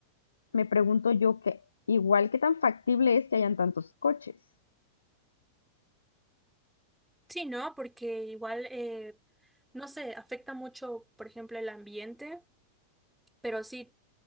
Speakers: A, on the left; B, in the centre.
A: me pregunto yo que igual qué tan factible es que hayan tantos coches.
B: Sí, ¿no? Porque igual, eh, no sé, afecta mucho, por ejemplo, el ambiente, pero sí,